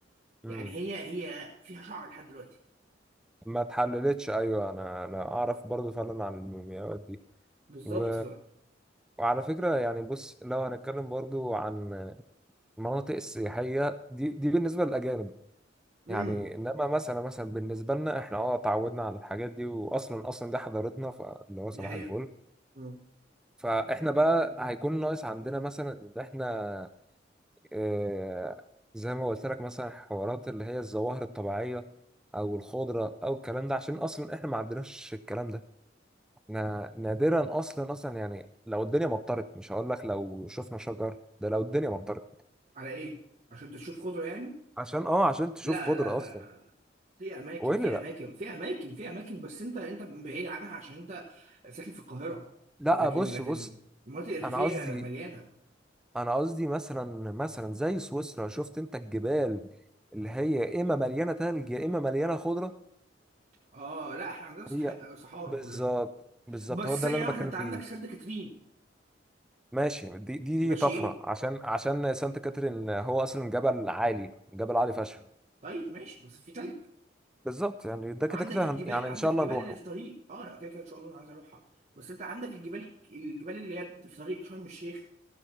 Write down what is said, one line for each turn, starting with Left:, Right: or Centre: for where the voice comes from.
Centre: مم.
Right: يعني هي هي فيها شعر لحد دلوقتي
Centre: ما اتحللتش ايوه انا انا اعرف برضو فعلا عن المومياوات دي
Right: بالظبط
Centre: و...
Right: ف
Centre: وعلى فكره يعني بص لو هنتكلم برضو عن المناطق السياحيه دي دي بالنسبه للاجانب
Right: امم
Centre: يعني انما مثلا مثلا بالنسبه لنا احنا اه اتعودنا على الحاجات دي واصلا اصلا دي حضارتنا فاللي هو صباح
Right: دي حقيقة
Centre: الفل
Right: مم.
Centre: فاحنا بقى هيكون ناقص عندنا مثلا ان احنا اه زي ما قلت لك مثلا حوارات اللي هي الظواهر الطبيعيه او الخضره او الكلام ده عشان اصلا احنا ما عندناش الكلام ده احنا نادرا اصلا اصلا يعني لو الدنيا مطرت مش هقول لك لو شفنا شجر ده لو الدنيا مطرت
Right: على ايه عشان تشوف خضرة يعني
Centre: عشان اه عشان تشوف
Right: لا
Centre: خضره
Right: لا لا
Centre: اصلا
Right: لا لا في اماكن
Centre: وايه
Right: في
Centre: اللي لا
Right: اماكن في اماكن في اماكن بس انت انت بعيد عنها عشان انت ساكن في القاهرة
Centre: لا
Right: لكن
Centre: بص
Right: لكن
Centre: بص
Right: المناطق الريفية
Centre: انا قصدي
Right: مليانة
Centre: انا قصدي مثلا مثلا زي سويسرا شفت انت الجبال اللي هي اما مليانه تلج يا اما مليانه خضره
Right: اه لا احنا عندنا صح...
Centre: هي
Right: صحارى
Centre: بالظبط
Right: كلها
Centre: بالظبط
Right: بس
Centre: هو ده
Right: ثانية
Centre: اللي انا
Right: واحدة
Centre: بتكلم
Right: انت
Centre: فيه
Right: عندك سانت كاترين
Centre: ماشي دي دي,
Right: ماشي
Centre: دي طفره
Right: ايه
Centre: عشان عشان سانت كاترين هو اصلا جبل عالي جبل عالي فشخ
Right: طيب ماشي بس في تلج
Centre: بالظبط يعني ده
Right: وعندك
Centre: كده كده
Right: الجبال
Centre: هن- يعني
Right: عندك
Centre: ان شاء
Right: الجبال
Centre: الله نروحه
Right: اللي في طريق اه لا كده كده ان شاء الله انا عايز اروحها بس انت عندك الجبال الجبال اللي هي في طريق شرم الشيخ